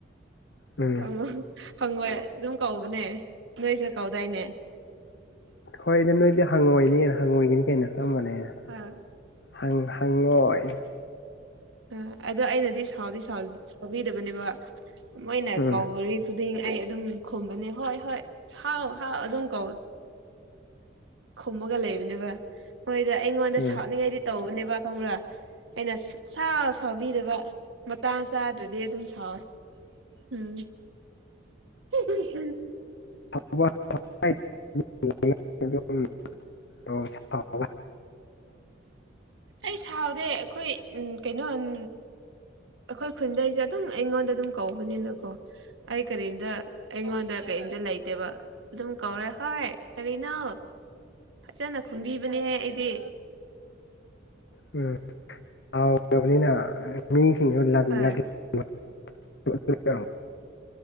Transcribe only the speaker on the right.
<unintelligible>
ꯍꯪꯉꯣꯏ ꯑꯗꯨꯝ ꯀꯧꯕꯅꯦ ꯅꯣꯏꯁꯨ ꯀꯧꯗꯥꯏꯅꯦ
ꯑꯥ
ꯑ ꯑꯗꯣ ꯑꯩꯅꯗꯤ ꯁꯥꯎꯗꯤ ꯁꯥꯎꯕꯤꯗꯕꯅꯦꯕ ꯃꯣꯏꯅ
ꯀꯧꯔꯤ ꯈꯨꯗꯤꯡ ꯑꯩ ꯑꯗꯨꯝ ꯈꯨꯝꯕꯅꯦ ꯍꯣꯏ ꯍꯣꯏ ꯍꯥꯎ ꯍꯥꯎ ꯑꯗꯨꯝ ꯀꯧ ꯈꯨꯝꯃꯒ ꯂꯩꯕꯅꯦꯕ ꯃꯣꯏꯗꯣ ꯑꯩꯉꯣꯟꯗ
ꯁꯥꯎꯅꯤꯡꯉꯩꯗꯤ ꯇꯧꯕꯅꯦꯕ ꯈꯪꯕ꯭ꯔꯥ ꯑꯩꯅ ꯁꯨꯛꯁꯥꯎ ꯁꯥꯎꯕꯤꯗꯕ ꯃꯇꯥꯡ ꯆꯥꯗ꯭ꯔꯗꯤ ꯑꯗꯨꯝ ꯁꯥꯎꯋꯦ ꯎꯝ <unintelligible>
ꯑꯩ ꯁꯥꯎꯗꯦ ꯑꯩꯈꯣꯏ ꯎꯝ ꯀꯩꯅꯣ ꯎꯝ ꯑꯈꯣꯏ ꯈꯨꯟꯗꯩꯁꯦ ꯑꯗꯨꯝ ꯑꯩꯉꯣꯟꯗ ꯑꯗꯨꯝ ꯀꯧꯕꯅꯤꯅꯀꯣ ꯑꯩ ꯀꯔꯤꯝꯇ ꯑꯩꯉꯣꯟꯗ ꯀꯩꯝꯇ ꯂꯩꯇꯦꯕ ꯑꯗꯨꯝ ꯀꯧꯔꯦ ꯍꯣꯏ ꯀꯔꯤꯅꯣ ꯐꯖꯅ ꯈꯨꯝꯕꯤꯕꯅꯦꯍꯦ ꯑꯩꯗꯤ
ꯍꯣꯏ